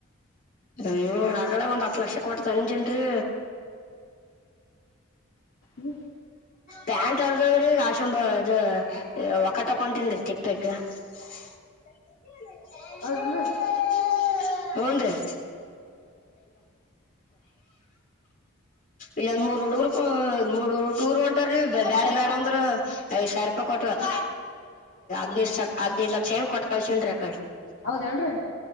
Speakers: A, on the left; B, on the left.
A: ಹ್ಮ್ ಆಗ್ಲೇ ಒಂದ್ ಹತ್ ಲಕ್ಷ ಕೊಟ್ಟ ತಂದಿನೀರಿ.
B: ಹ್ಮ.
A: ಪ್ಯಾಂಟ್ ಅರ್ದದ್ರಿ ಕಾಶಂಬ ಅದು ಒಕಟಕೊಂಟನ್ೀ ತಿಪ್ಪೆಗ್. <inaudible> <unintelligible>
B: ಹೌದೇನ್ರಿ
A: ಇಲ್ಲಂದ್ ಮೂ ಡುರು ಮೂರುರು. ಬೇಡ ಬೇಡ ಅಂದ್ರ ಐದ ಸಾರ್ ರೂಪಾಯಿ ಕೊಟ್ಟದ್ ಹದ್ೈದು ಹದ್ಿನೈದು ಲಕ್ಷ. <unintelligible>
B: ಹೌದ ಏನ್್ರರಿ.